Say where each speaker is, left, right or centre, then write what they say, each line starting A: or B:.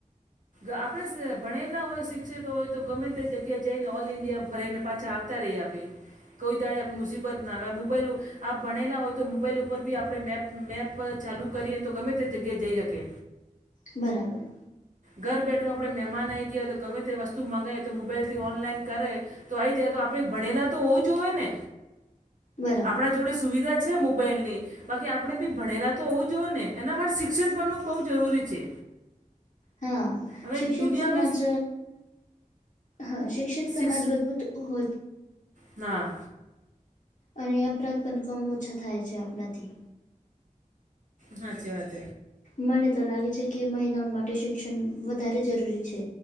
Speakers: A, on the right; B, on the left.
A: આપણે ભણેલા હોય શિક્ષિત હોય તો ગમે તે જગ્યા જઈ ને ઓલ ઈન્ડિયામાં ફરે ને પાછા... <unintelligible> આપે કોઈ દાડી આપે મુસીબત ના આવે મોબાઈલ... આપ ભણેલા હોય તો મોબાઈલ ઉપર બી આપણે મેપ મેપ ચાલુ કરીએ તો ગમે તે જગ્યાએ જઈ શકે.
B: બરાબર.
A: ઘર બેઠો આપણે મહેમાન આવી ગયા તો ગમે તે વસ્તુ મગાય તો મોબાઈલથી ઓનલાઈન કરે. તો આવી જાય તો આપણેે ભણેલા તો હોવુ જોએ ને.
B: બરાબર
A: આપણા જોડે સુવિધા છે મોબાઈલની બાકી આપણે બી ભણેલા તો... તો હોવું જોએ ને એના માટે શિક્ષિત બનવું બહુ જરૂરી છે.
B: હા
A: હવે
B: શિક્ષિત
A: દુનિયામાં
B: સમાજ. હા શિક્ષિત સમાજ
A: શિક્ષ
B: મજબૂત..... <unintelligible>
A: ના.
B: અને અપરાધ પણ કમ ઓછા થાય આપણાથી...
A: હાચી વાત.
B: મને તો લાગે છે કે મહિલાઓ માટે શિક્ષણ વધારે જરૂરી છે.